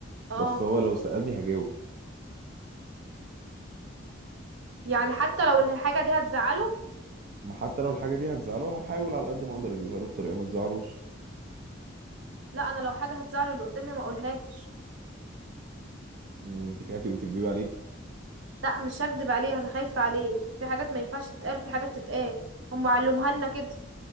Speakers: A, on the right; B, on the right.
A: اه
B: بس هو لو سالني هجاوب
A: يعني حتى لو الحاجة دي هتزعله
B: ما حتى لو الحاجه دي هتزعله هحاول على قد ما اقدر اجيبها له بطريقه ما تزعلوش
A: لا انا لو حاجة هتزعله اللي قدامي ما اقولهاش
B: مم، انت كده هتبقي بتكدبي عليه
A: لا مش هكدب عليه انا خايفة عليه في حاجات ما ينفعش تتقال في حاجات تتقال هم علموها لنا كده